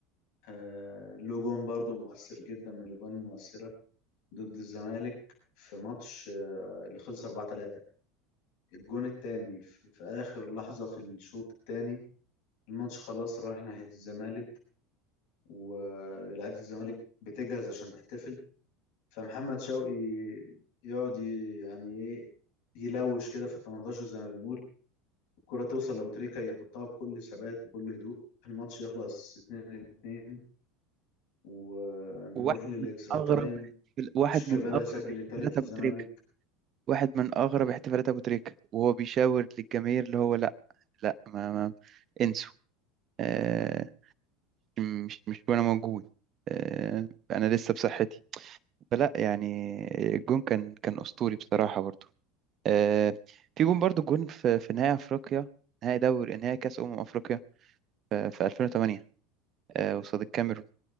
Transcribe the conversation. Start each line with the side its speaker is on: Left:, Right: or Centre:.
Left: آه، له جون برضه مؤثر جدا من الجوان المؤثره ضد الزمالك في ماتش آه، اللي خلص 4-3 الجون التاني في في آخر لحظة في الشوط التاني الماتش خلاص رايح ناحية الزمالك ولاعيبة الزمالك بتجهز عشان تحتفل فمحمد شوقي يقعد ي- يعني ايه يلوش كده في ال 18 زي ما بنقول الكرة توصل لأبو تريكة يحطها بكل ثبات وكل هدوء الماتش يخلص 2-2 ونروح
Right: وواحد
Left: للإكسترا
Right: من أغرب
Left: تايم
Right: احتفال- واحد
Left: شيكابالا
Right: من أغرب
Left: يسجل
Right: احتفالات
Left: التالت للزمالك
Right: أبو تريكة واحد من أغرب احتفالات أبو تريكة وهو بيشاور للجماهير اللي هو لأ لأ ما, ما انسوا أه، مش مش وأنا موجود أه، أنا لسه بصحتي فلا يعني الجون كان كان اسطوري بصراحه برضو آه، في جون برضو جون في في نهائي افريقيا نهائي دوري نهائي كاس امم افريقيا في في 2008 آه، قصاد الكاميرون